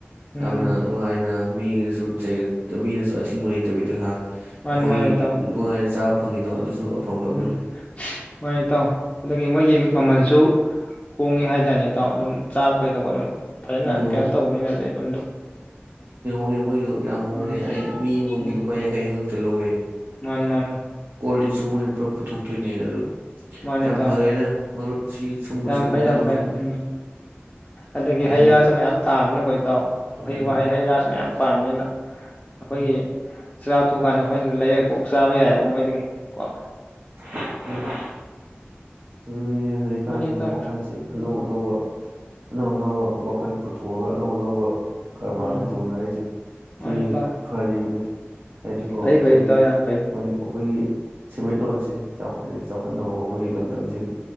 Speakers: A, on the left (about 20°); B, on the right (about 65°).
A: ꯎꯝ
B: ꯌꯥꯝꯅ ꯅꯨꯡꯉꯥꯏꯅ ꯃꯤꯅꯁꯨ ꯆꯩꯔꯛꯇ ꯃꯤꯅꯁꯨ ꯑꯊꯤꯡꯕ ꯂꯩꯇꯕꯤꯗ ꯈ
A: ꯃꯥꯅꯤ
B: ꯑꯩꯈꯣꯏꯒꯤ
A: ꯃꯥꯅꯤ ꯏꯇꯥꯎ
B: ꯅꯨꯡꯉꯥꯏꯅ ꯆꯥꯕ ꯐꯪꯉꯤꯗꯣ ꯑꯗꯨꯁꯨ ꯑꯐꯕ
A: ꯎꯝ
B: ꯑꯃꯅꯤ
A: ꯃꯥꯅꯤ ꯏꯇꯥꯎ ꯑꯗꯒꯤ ꯃꯣꯏꯒꯤ ꯃꯃꯜꯁꯨ ꯍꯣꯡꯉꯦ ꯍꯥꯏꯇꯥꯔꯦꯅꯦꯇꯣ ꯑꯗꯨꯝ ꯆꯥꯕ ꯀꯩꯗꯧꯕ ꯑꯗꯨꯝ ꯐꯖꯅ
B: ꯎꯝ
A: ꯀꯩꯅꯣ
B: ꯍꯣ
A: ꯇꯧꯕꯅꯤꯅ ꯂꯩ <unintelligible>
B: ꯃꯦꯃꯣꯔꯤꯣ ꯌꯥꯝ ꯍꯣꯡꯉꯦ
A: ꯎꯝ
B: ꯑꯩ ꯃꯤ ꯑꯃꯃꯝ
A: ꯎꯝ
B: ꯂꯨꯄꯥ ꯌꯥꯡꯈꯩꯛꯇ ꯂꯧꯋꯦ
A: ꯃꯥꯅꯤ ꯃꯥꯅꯤ
B: ꯀꯣ ꯁꯨ ꯃꯣꯏꯅ ꯄꯨꯂꯞ ꯄꯨꯊꯣꯛꯇꯣꯏꯅꯦ ꯑꯗꯣ
A: ꯃꯥꯅꯤ
B: ꯌꯥꯝ
A: ꯏꯇꯥꯎ
B: ꯐꯔꯦꯅ ꯃꯔꯨꯞ ꯁꯤ ꯁꯨꯝꯕꯁꯤ
A: ꯌꯥꯝ ꯐꯩ
B: ꯃꯈꯟ
A: ꯌꯥꯝ
B: ꯃꯈꯟ
A: ꯐꯩ ꯎꯝ ꯑꯗꯒꯤ
B: ꯍꯥꯏꯗꯤ
A: ꯍꯩ ꯔꯥꯁꯨ ꯃꯌꯥꯝ ꯊꯥꯕꯃꯤꯅꯈꯣꯏ
B: ꯎꯝ
A: ꯋꯥꯍꯩ ꯋꯥꯍꯩ ꯍꯩ ꯔꯥꯁ ꯃꯌꯥꯝ ꯐꯦꯃꯤꯂꯤꯅ ꯑꯈꯣꯏꯒꯤ
B: ꯎꯝ
A: ꯆꯥ ꯊꯨ ꯀꯥꯟꯅ ꯑꯩꯈꯣꯏꯅ ꯂꯩ ꯀꯣꯛ ꯆꯥꯕ ꯌꯥꯏꯑꯕ ꯃꯣꯏꯗꯒꯤ ꯀ꯭ꯋꯥ
B: <inaudible> ꯑꯗꯨꯅꯤꯅꯦ ꯍꯧꯖꯤꯛꯀꯥꯟꯁꯤ
A: ꯃꯥꯅꯤ ꯏꯇꯥꯎ
B: ꯋꯥꯈꯜꯁꯤ
A: ꯎꯝ
B: ꯑꯅꯧ ꯑꯅꯧꯕ ꯑꯅꯧ ꯑꯅꯧꯕ ꯋꯥꯈꯜ ꯄꯨꯊꯣꯛꯑꯒ ꯑꯅꯧ ꯑꯅꯧꯕ ꯀꯔꯕꯥꯔꯅꯤ
A: ꯎꯝ
B: ꯇꯧꯅꯔꯤꯁꯦ
A: ꯃꯥꯅꯤ
B: ꯁꯤ
A: ꯏꯇꯥꯎ
B: ꯐꯔꯤꯕꯅꯤ ꯍꯥꯏꯗꯤꯀꯣ
A: ꯐꯩ
B: ꯑꯩꯈꯣꯏꯒꯤ
A: ꯐꯩ ꯏꯇꯥꯎ
B: ꯑꯩꯈꯣꯏ
A: ꯌꯥꯝ ꯐꯩ
B: ꯑꯩꯈꯣꯏꯒꯤ ꯁꯦꯟꯃꯤꯠꯂꯣꯟꯁꯤ ꯆꯥꯎꯈ ꯆꯥꯎꯈꯠꯅꯕꯀꯣ ꯑꯩꯈꯣꯏꯒꯤ ꯂꯝꯗꯝ ꯁꯤ